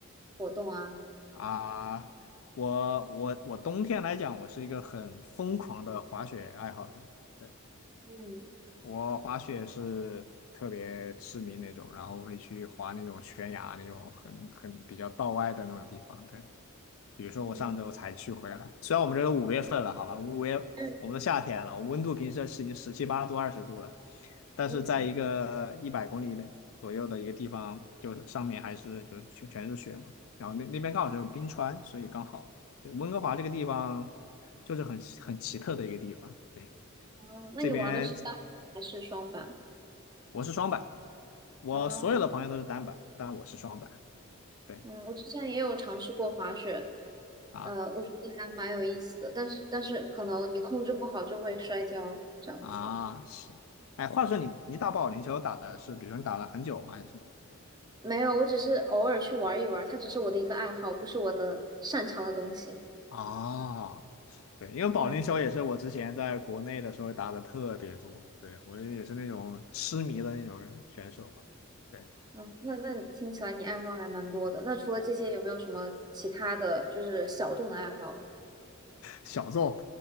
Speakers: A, on the right; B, on the left.
A: 活动啊？
B: 啊，我我我冬天来讲，我是一个很疯狂的滑雪爱好者。对，
A: 嗯
B: 我滑雪是特别痴迷那种，然后会去滑那种悬崖那种很很比较道外的那种地方。对。比如说我上周才去回来，
A: 嗯
B: 虽然我们这都五月份了，好吧，五月我们都夏天了，
A: 嗯
B: 温度平时是已经十七八度、二十度了，但是在一个一百公里内左右的一个地方，
A: 嗯，
B: 就上面还是就全全是雪嘛，然后那那边刚好就是冰川，所以刚好。对温哥华这个地方就是很很奇特的一个地方，对，
A: 哦，那你玩的是单板还是双板？
B: 这边我是双板，我所有的朋友都是单板，
A: 啊
B: 但我是双板，对
A: 嗯，我之前也有尝试过滑雪，
B: 啊，
A: 呃，我觉得还蛮有意思的，但是但是可能你控制不好就会摔跤这样子。
B: 啊，是，哎，话说你你打保龄球打的是，比如说你打了很久吗？还是什么？
A: 没有，我只是偶尔去玩一玩，它只是我的一个爱好，不是我的擅长的东西。
B: 哦，对，因为保龄球也是我之前在国内的时候打的特别多，
A: 嗯。
B: 对，我也是那种痴迷的那种选手吧，对，
A: 嗯，那那你听起来你爱好还蛮多的。那除了这些，有没有什么其他的就是小众的爱好？
B: 小众